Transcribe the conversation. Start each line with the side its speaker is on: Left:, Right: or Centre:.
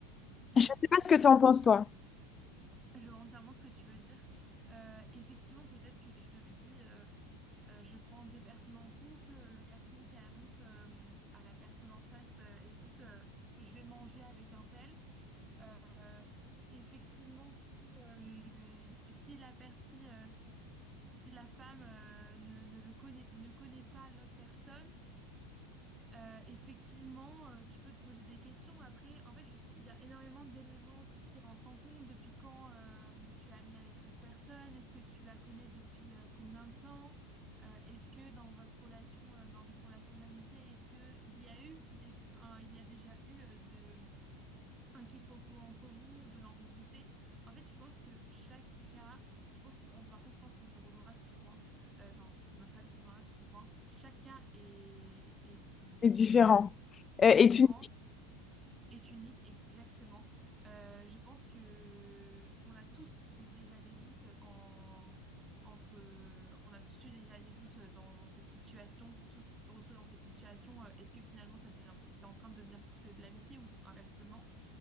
Right: mm.
Left: Je
Right: Ouais.
Left: sais pas ce que tu
Right: Je,
Left: en penses, toi,
Right: je vois entièrement ce que tu veux dire. Euh, effectivement, peut-être que tu te dis, euh, euh, je prends deux personnes en couple, le garçon qui annonce euh, à la personne en face, euh, écoute, euh, je vais manger avec un tel. Euh, effectivement, si, euh, si la, per- si, euh, si- si la femme euh, ne, ne le connaît, ne connaît pas l'autre personne, euh, effectivement, euh, tu peux te poser des questions. Après, en fait, je trouve il y a énormément d'éléments aussi qui rentrent en compte. Depuis quand euh, tu es amie avec cette personne? Est-ce que tu la connais depuis euh, combien de temps? Euh, est-ce que dans votre relation, euh, dans cette relation d'amitié, est-ce que il y a eu des, un- il y a déjà eu euh, de un quiproquo entre vous, de l'ambiguïté. En fait, je pense que chaque cas, je pense, on- par contre, je pense qu'on se rejoindra sur ce point. Euh, Enfin, notre avis se rejoindra sur ce point. Chaque cas est, est, hum,
Left: c'est différent
Right: est
Left: Euh,
Right: différent,
Left: et tu
Right: est unique, exactement. Euh, je pense que on a tous eu déjà des doutes en entre, on a tous eu déjà des doutes dans, dans cette situation, c'est tous retrouvés dans cette situation. Euh, Est-ce que finalement, ça devient, c'est en train de devenir plus que de l'amitié ou inversement?